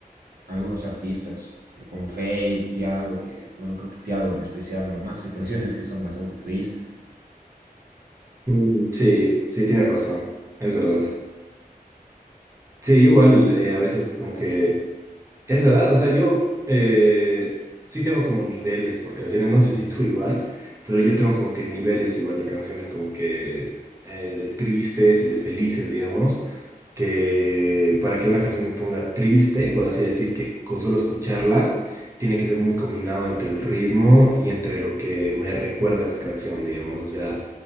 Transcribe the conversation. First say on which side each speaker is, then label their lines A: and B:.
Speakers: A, on the right; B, on the right.
A: algunos artistas como Feid, Tiago, que, bueno, creo que Tiago en especial no hace <laughs> canciones que son bastante tristes.
B: Mm, Sí, sí, tienes razón, es verdad. Sí, igual eh, a veces como que es verdad, o sea, yo eh, sí tengo como niveles por canciones, no sé si tú igual, pero yo tengo como que niveles igual de canciones como que eh, de tristes y de felices, digamos, que para que una canción me ponga triste, por así decir, que con solo escucharla, tiene que ser muy combinado entre el ritmo y entre lo que me recuerda a esa canción, digamos, o sea...